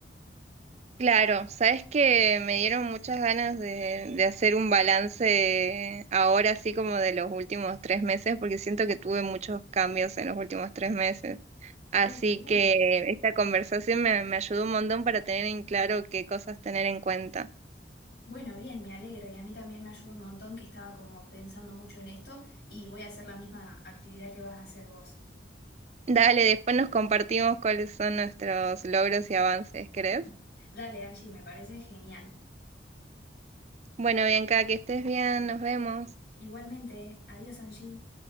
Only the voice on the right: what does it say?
Claro, sabes que me dieron muchas ganas de, de hacer un balance ahora, así como de los últimos tres meses, porque siento que tuve muchos cambios en los últimos tres meses. Así
que esta conversación me, me ayudó un montón para tener en claro qué cosas tener en cuenta.
Dale, después nos compartimos cuáles son nuestros logros y avances, ¿crees?
Bueno, Bianca, que estés bien, nos vemos.